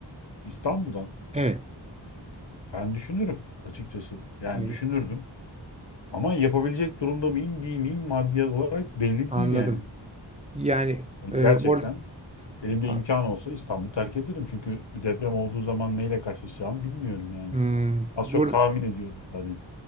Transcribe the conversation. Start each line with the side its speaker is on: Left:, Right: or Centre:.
Left: İstanbul'dan
Right: Evet,
Left: ben düşünürüm açıkçası. Yani
Right: ay-
Left: düşünürdüm. Ama yapabilecek durumda mıyım, değil miyim maddi olarak belli
Right: anladım.
Left: değil yani.
Right: Yani
Left: Yani
Right: e,
Left: gerçekten
Right: or,
Left: Elimde
Right: a-
Left: imkan olsa İstanbul'u terk ederim. Çünkü bir deprem olduğu zaman neyle karşılaşacağımı bilmiyorum yani.
Right: hmm,
Left: Az
Right: bur-
Left: çok tahmin ediyorum sadece.